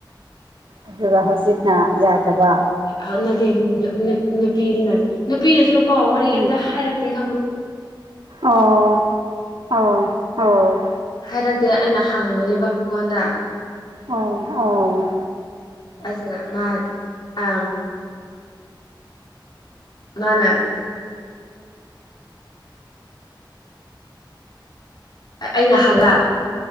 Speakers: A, on the right; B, on the left.
A: ꯑꯗꯨꯒ ꯍꯧꯖꯤꯛꯅ ꯌꯥꯗꯕ
B: ꯍꯣꯠꯅꯗꯦ ꯅꯨꯄꯤꯗꯨꯅ ꯅꯨꯄꯤꯅꯁꯨ ꯀꯣ ꯋꯥꯔꯤ
A: ꯎꯝ
B: ꯑꯝꯇ ꯍꯥꯏꯔꯛꯇꯦ ꯈꯪꯉ
A: ꯑꯣ ꯑꯣ ꯑꯣ
B: ꯍꯥꯏꯔꯛꯇꯦ ꯑꯩꯅ ꯍꯪꯕꯅꯦꯕ ꯃꯉꯣꯟꯗ
A: ꯑꯣ ꯑꯣ
B: ꯑꯗꯨ ꯃꯥ ꯑ ꯃꯥꯅ ꯑꯩꯅ <unintelligible>